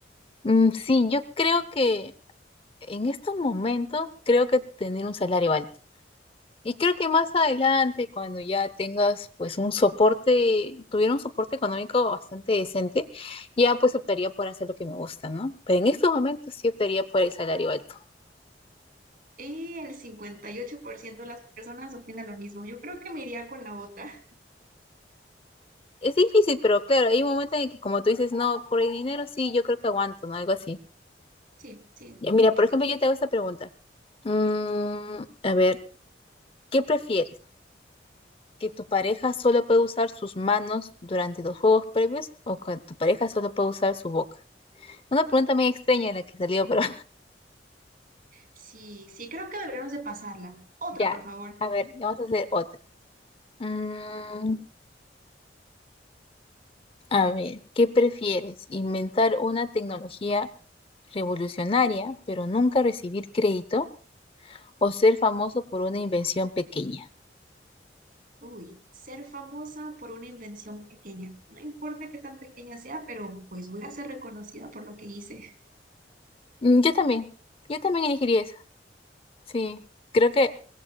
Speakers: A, on the left (about 30°); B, on the right (about 50°).
A: Mm, sí, yo creo que en estos momentos, creo que tener un salario alto. Y creo que más adelante, cuando ya tengas pues un soporte, tuviera un soporte económico bastante decente, ya pues optaría por hacer lo que me gusta, ¿no? Pero en estos momentos sí optaría por el salario alto.
B: Y el 58% de las personas opinan lo mismo. Yo creo que me iría con la otra. <laughs>
A: Es difícil, pero claro, hay un momento en el que como tú dices, no, por el dinero sí, yo creo que aguanto, ¿no? Algo así.
B: Sí, sí,
A: Ya, mira,
B: cierto.
A: por ejemplo, yo te hago esta pregunta. Mm, a ver, ¿qué prefieres? ¿Que tu pareja solo puede usar sus manos durante los juegos previos o que tu pareja solo puede usar su boca? Una pregunta muy extraña la que salió, pero
B: Sí, sí, creo que deberíamos de pasarla. Otra,
A: Ya,
B: por favor.
A: a ver, vamos a hacer otra. Mm, a ver, ¿qué prefieres? ¿Inventar una tecnología revolucionaria, pero nunca recibir crédito? ¿O ser famoso por una invención pequeña?
B: Uy, ser famosa por una invención pequeña. No importa qué tan pequeña sea, pero pues voy a ser reconocida por lo que hice.
A: Mm, yo también, yo también elegiría esa. Sí, creo que